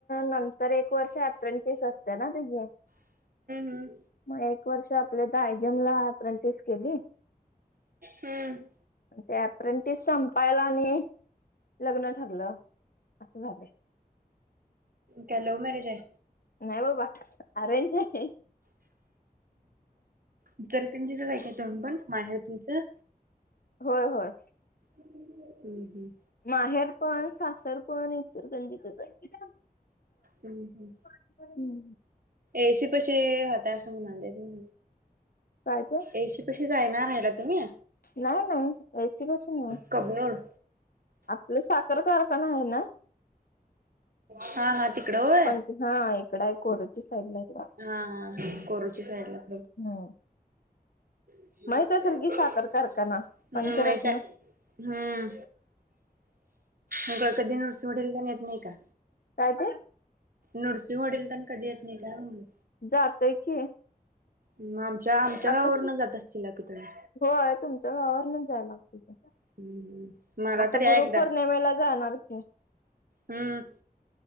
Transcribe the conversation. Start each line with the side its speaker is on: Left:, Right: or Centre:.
Left: नंतर एक वर्ष अप्रेंटिस असते ना त्याची.
Right: हम्म
Left: मग एक वर्ष आपल्या इथ आयजीएम ला अप्रेंटिस केली.
Right: हम्म.
Left: ते अप्रेंटिस संपायला आणि लग्न ठरलं, असं झाल.
Right: काय लव मॅरेज आहे.
Left: नाही बाबा. अरेंज आहे.
Right: इचलकरंजीत हाय का तुम्ही पण? माहेर तुमचं.
Left: होय होय.
Right: हम्म हम्म.
Left: माहेर पण सासर पण इचलकरंजीत आहे.
Right: हम् हम्.
Left: हम्म‌.
Right: एसी पशी राहाता असं म्हणाले त.
Left: काय ते?
Right: एशी पशीच हाय ना राहायला तुम्ही?
Left: नाही नाही एसी पाशी नाही.
Right: कब्नूर.
Left: आपलं साखर कारखाना आहे ना.
Right: हा हा तिकडो होय.
Left: पंच हा इकड आहे कोरची साईड ला.
Right: हा हा कोरुची साईड ला.
Left: हम्म.
Right: हम्.
Left: माहित असेल की साखर कारखाना पंचरत्न
Right: माहित हाय. हम्म. म काय कधी नरसिंहवाडीला तेन येत नाही का?
Left: काय ते?
Right: नृसिंहवाडी तेण कधी येत नाही काय म्हणलं.
Left: जातय की.
Right: मग आमच्या आमच्या
Left: आता
Right: गावावरनच जात असतील ला की तुम्ही?
Left: होय. तुमचं गावावरण जायला लागत.
Right: <unintelligible>
Left: आता
Right: तर या
Left: गुरुपौर्णिमेला
Right: एकदा
Left: जाणार की.
Right: हम्म.